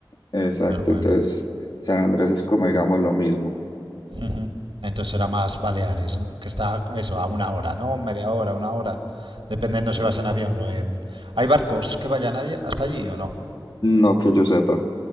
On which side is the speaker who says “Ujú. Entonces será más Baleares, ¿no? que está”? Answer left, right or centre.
Right